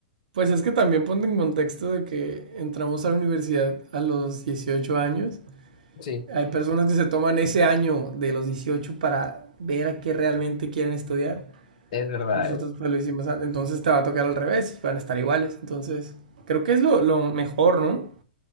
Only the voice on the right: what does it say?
Pues es que también ponte en contexto de que entramos a la universidad a los 18 años.
Hay personas que se toman ese año de los 18 para ver a qué realmente quieren estudiar.
Nosotros
pues lo hicimos antes. Entonces te va a tocar al revés. Van a estar iguales. Entonces, creo que es lo, lo mejor, ¿no?